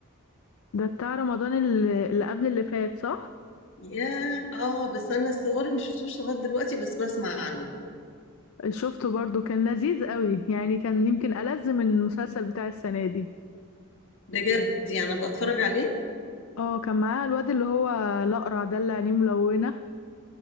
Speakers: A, on the left (about 80°); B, on the left (about 65°).
A: ده بتاع رمضان اللي اللي قبل اللي فات صح؟
B: ياه اه بس انا صوري مش شفتوش لغايه دلوقتي بس بسمع عنه
A: شفته برضو كان لذيذ قوي يعني كان يمكن ألذ من المسلسل بتاع السنة دي
B: بجد يعني ابقى اتفرج عليه
A: اه كان معاه الواد اللي هو الأقرع ده اللي عينيه ملونة